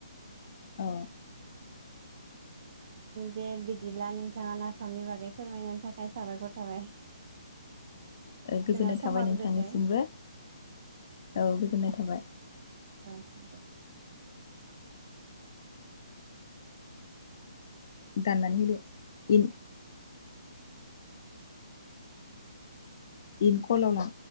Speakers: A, on the left; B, on the right.
A: अ
B: दे बिदिब्ला नोंथाङा नाफामनि बागै फोरमायनायनि थाखाय साबायखर थाबाय
A: गोजोननाय
B: जोंहा समाबो
A: थाबाय नोंथांनिसिमबो
B: जोब्बाय
A: औ गोजोननाय थाबाय
B: ओं दे
A: दाननानै होदो इनकलला